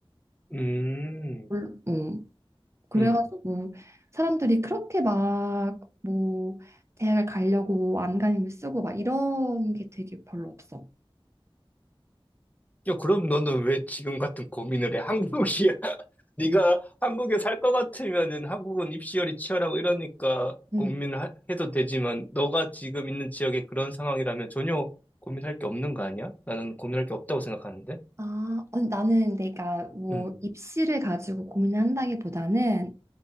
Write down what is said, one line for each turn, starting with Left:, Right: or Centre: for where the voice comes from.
Left: 음,
Right: 물- 음, 그래가지고
Left: 음.
Right: 사람들이 그렇게 막 뭐 대학을 가려고 안간힘을 쓰고 막 이런 게 되게 별로 없어.
Left: 야, 그럼 너는 왜 지금 같은 고민을 해? 한국이야. <laughs> 네가 한국에 살 것 같으면은 한국은 입시열이 치열하고 이러니까
Right: 음.
Left: 고민을 해도 되지만 너가 지금 있는 지역에 그런 상황이라면 전혀 고민할 게 없는 거 아니야? 나는 고민할 게 없다고 생각하는데.
Right: 아, 어, 나는 내가 뭐
Left: 응.
Right: 입시를 가지고 고민을 한다기보다는